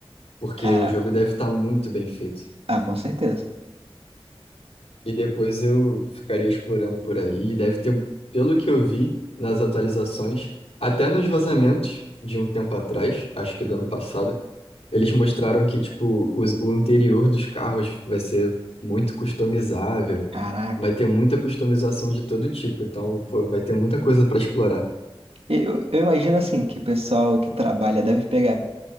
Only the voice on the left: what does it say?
porque
o jogo deve estar muito bem feito.
E depois eu ficaria explorando por aí. e Deve ter, pelo que eu vi nas atualizações, até nos vazamentos de um tempo atrás, acho que do ano passado, eles mostraram que tipo os- o interior dos carros vai ser muito customizável,
vai ter muita customização de todo tipo. Então, pô, vai ter muita coisa para explorar.